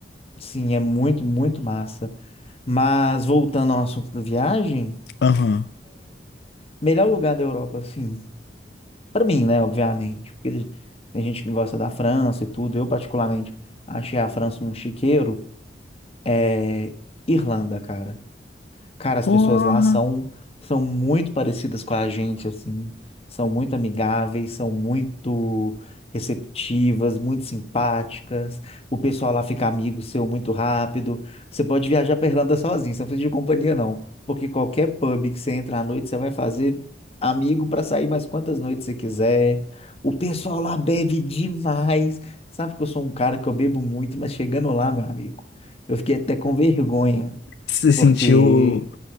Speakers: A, on the left; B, on the left.
A: Sim, é muito, muito massa. Mas voltando ao assunto da viagem,
B: Aham.
A: melhor lugar da Europa, assim, para mim, né, obviamente, porque tem gente que gosta da França e tudo. Eu, particularmente, achei a França um chiqueiro. É Irlanda, cara. Cara, as
B: Porra.
A: pessoas lá são, são muito parecidas com a gente, assim. São muito amigáveis, são muito receptivas, muito simpáticas. O pessoal lá fica amigo seu muito rápido. Você pode viajar pra Irlanda sozinho, você não precisa de companhia, não. Porque qualquer pub que você entra à noite, você vai fazer amigo para sair mais quantas noites você quiser. O pessoal lá bebe demais. Sabe que eu sou um cara que eu bebo muito, mas chegando lá, meu amigo, eu fiquei até com vergonha
B: Você sentiu
A: porque
B: o,